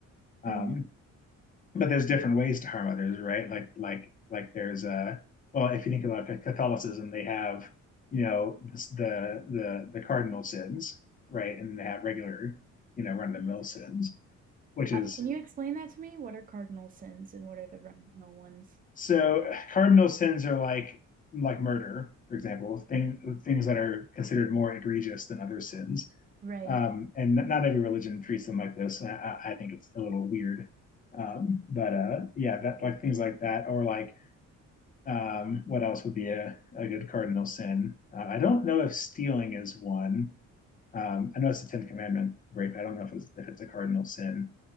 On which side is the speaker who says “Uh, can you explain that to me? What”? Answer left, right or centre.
Right